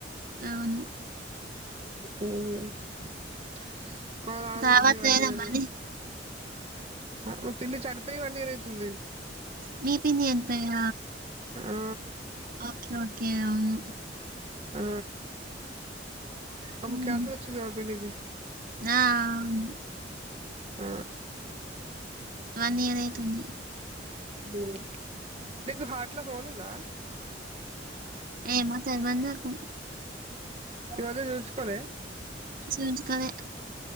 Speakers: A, on the right; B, on the right.
A: అవును
B: మ్మ్ మా ఆమె
A: దావత్
B: చనిపోయి వన్
A: లేదా
B: ఇయరు
A: మరి
B: ఆపు పిల్లి చనిపోయి వన్ ఇయర్ అయితుంది
A: మీ పిల్లి ఎంకయ్య
B: ఆ
A: ఓకే ఓకే అవును
B: ఆ అప్పుడు
A: ఉమ్.
B: క్యాన్సర్ వచ్చింది పిన్ని కి
A: ఆ అవును
B: ఆ
A: వన్ ఇయర్ అయితుంది
B: మ్మ్ నీకు హాట్లో హోల్ ఉందా
A: ఏమో తెల్వదు నాకు
B: ఈ రోజు చూపిచ్చుకోలే
A: చూయించుకోలే